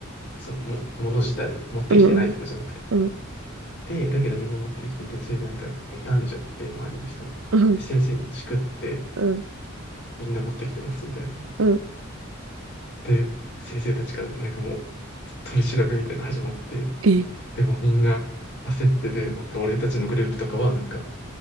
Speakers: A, on the left (about 55°); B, on the right (about 80°).
A: そのも、もの自体を持ってきてないとかじゃなくて。
B: うん、うん、うん、
A: で、だけどみんな持ってきてて、それでなんか妬んじゃって、周りの人を。
B: うん、
A: で、先生にチクって、
B: うん、
A: みんな持ってきてますみたいな。
B: うん
A: で、先生たちからなんかもう取り調べみたいなの始まって、
B: え、
A: でもみんな焦ってで、なんか俺たちのグループとかはなんか、